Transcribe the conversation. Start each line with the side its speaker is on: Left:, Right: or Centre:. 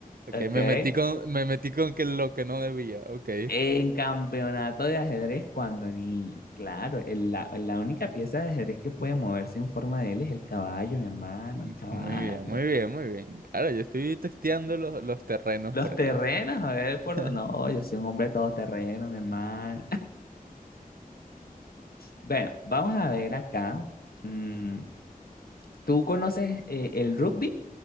Right: ok,
Left: ¿ok?
Right: me metí con, me metí con que lo que no debía, ok.
Left: En campeonato de ajedrez cuando ni, claro, el- la, la única pieza de ajedrez que puede moverse en forma de L es el caballo, mi hermano,
Right: Mm,
Left: el caballo.
Right: Muy bien, muy bien, muy bien. Claro, yo estoy testeando los, los terrenos
Left: Los
Right: por acá.
Left: terrenos, a ver
Right: <laughs>
Left: por... No, yo soy un hombre todoterreno, mi hermano. Bueno, vamos a ver acá. Mm, ¿tú conoces eh, el rugby?